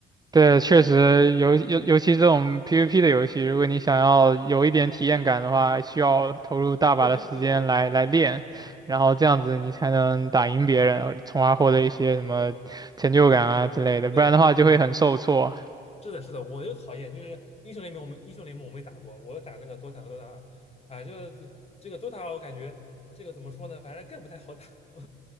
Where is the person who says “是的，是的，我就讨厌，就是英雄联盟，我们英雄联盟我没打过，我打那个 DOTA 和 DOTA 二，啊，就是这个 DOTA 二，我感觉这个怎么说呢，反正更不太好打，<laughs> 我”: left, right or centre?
Left